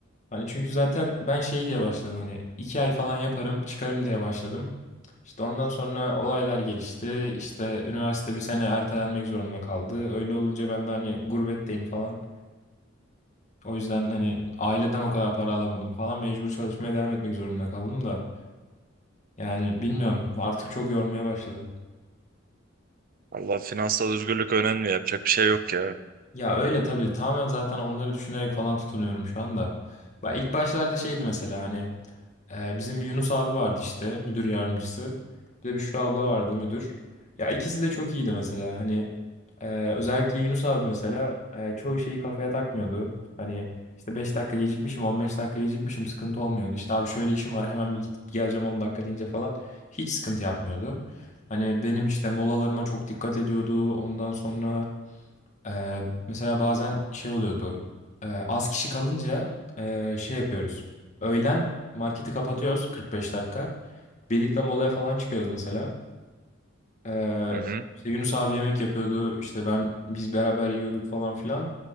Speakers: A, on the left; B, on the right.
A: Hani çünkü zaten ben şey diye başladım hani iki ay falan yaparım çıkarım diye başladım. İşte ondan sonra olaylar gelişti. İşte üniversite bir sene ertelenmek zorunda kaldı. Öyle olunca ben de hani gurbetteyim falan. O yüzden hani aileden o kadar para alamadım falan. Mecbur çalışmaya devam etmek zorunda kaldım da. Yani bilmiyorum artık çok yormaya başladı.
B: Allah finansal özgürlük önemli yapacak bir şey yok ya.
A: Ya öyle tabii tamamen zaten onları düşünerek falan tutunuyorum şu anda. Bak ilk başlarda şeydi mesela hani Ee, bizim bir Yunus abi vardı işte müdür yardımcısı. Bir de Büşra abla vardı müdür. Ya ikisi de çok iyiydi mesela. Hani e, özellikle Yunus abi mesela e, çoğu şeyi kafaya takmıyordu. Hani işte 5 dakika gecikmişim 15 dakika gecikmişim sıkıntı olmuyordu. İşte abi şöyle işim var hemen bir gidip geleceğim 10 dakika deyince falan hiç sıkıntı yapmıyordu. Hani benim işte molalarıma çok dikkat ediyordu. Ondan sonra ee, mesela bazen şey oluyordu. Ee, az kişi kalınca ee, şey yapıyoruz. Öğlen marketi kapatıyoruz 45 dakika. Birlikte molaya falan çıkıyoruz mesela. Ee,
B: Hı hı.
A: işte Yunus abi yemek yapıyordu. İşte ben biz beraber yiyorduk falan filan.